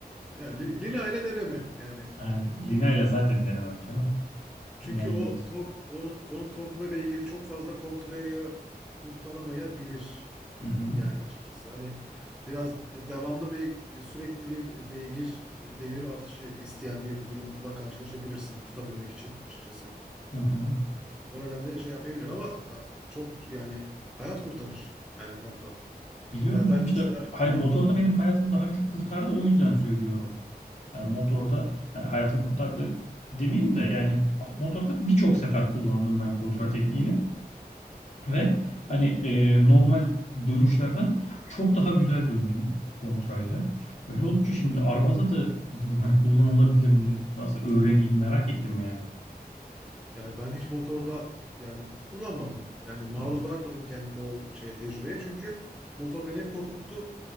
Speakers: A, in the centre; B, on the left.
A: yani li- Lina ile deneme yani.
B: Yani, Lina ile zaten denemem canım.
A: Çünkü
B: Lina'yı
A: o
B: geç.
A: tork onun, onun torku ve beygiri çok fazla kontrayı kurtaramayabilir
B: Hı hı.
A: yani açıkçası. Hani biraz e, devamlı ve e, sürekli bir beygir e, devir artışı isteyen bir durumla karşılaşabilirsin tutabilmek için açıkçası.
B: Hı hı.
A: O nedenle şey yapmayabilir ama ya, çok yani hayat kurtarır yani kontra.
B: Biliyorum
A: Yani
B: canım
A: ben
B: işte
A: mesela
B: hayır motor da benim hayatımı daha önce kurtardı o yüzden söylüyorum. Yani motorda hani hayatımı kurtardı demeyeyim de yani motorda birçok sefer kullandım ben kontra tekniğini. Ve hani e, normal dönüşlerden çok daha güzel döndüm kontrayla. Öyle olunca şimdi arabada da dedim hani kullanılabilir mi? Nasıl öğreneyim merak ettim yani.
A: yani ben hiç motorda yani kullanmadım. Yani maruz
B: Hı hı.
A: bırakmadım kendimi o şeye tecrübeye çünkü motor beni hep korkuttu.